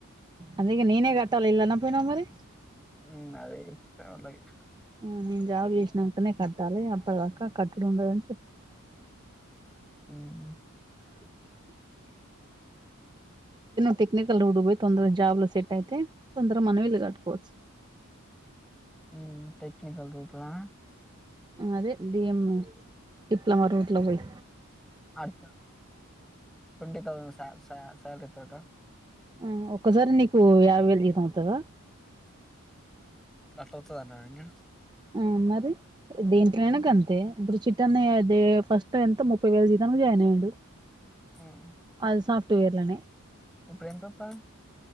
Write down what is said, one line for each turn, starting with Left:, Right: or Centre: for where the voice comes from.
Right: అదే నేనే ఇగ కట్టాలె ఇల్లు అనక్ పోయినవ్ మరి
Centre: మ్ అదే ఇస్త <unintelligible>
Right: ఆ నేన్ జాబ్ చేసినంకనే కట్టాలె అప్పటిదాకా కట్టుడు ఉండదని చెప్
Centre: మ్
Right: టెక్నికల్ రూటుకు పోయి తొందర జాబ్లో సెట్ అయితే తొందర మనం కట్టుకోవచ్చు.
Centre: మ్ టెక్నిికల్ రూట్లా
Right: అదే డిఎమ్ డిప్లొమా రూట్లో పోయి
Centre: అంట ట్వంటి థౌసండ్ సా సా సాలరీతోట
Right: ఆ ఒక్కసారే నీకు యాభై వేల జీతం వత్తదా
Centre: చౌతదన్ అనన్య
Right: ఆ మరి దేంట్లనైనా గంతే ఇప్పుడు చిట్టాన్నయ్య దే ఫస్ట్ ఎంత ముప్పై వేల జితన్ జాయిన్ ఆఇండు
Centre: ఉమ్,
Right: అది సాఫట్ వేర్లనే
Centre: ఇప్పుడు ఏంతోతంది